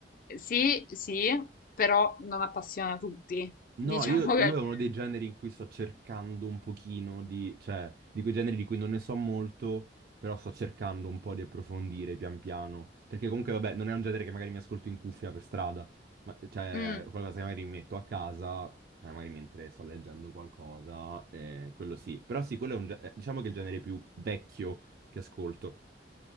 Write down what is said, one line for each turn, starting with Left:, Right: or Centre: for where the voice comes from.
Left: sì, sì, però non appassiona tutti.
Right: No, io,
Left: <laughs> Diciamo che...
Right: io è
Left: No.
Right: uno dei generi in cui sto cercando un pochino di, cioè, di quei generi di cui non ne so molto, però sto cercando un po' di approfondire pian piano, perché comunque, vabbè, non è un genere che magari mi ascolto in cuffia per strada, ma, cioè,
Left: Mm.
Right: è qualcosa che magari mi metto a casa, cioè, magari mentre sto leggendo qualcosa, eh, quello sì, però sì, quello è un, ge- eh, diciamo che è il genere più vecchio che ascolto,